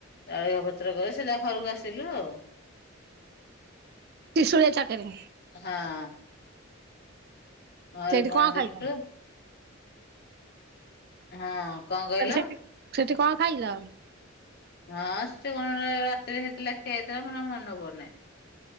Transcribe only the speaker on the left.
ଜଳିଆ ପତ୍ର କରି ସିଧା ଘରକୁ ଆସିଲୁ ଆଉ।
ହଁ। ଘରେ
କଣ ଦେଲୁ?
ହଁ କଣ କହିଲ?
ହଁ ସେ କଣ ରାତିରେ ହେଇଥିଲା ଖିଆ ହେଇଥିଲା ମୋର ମନ ପଡୁନେଇ।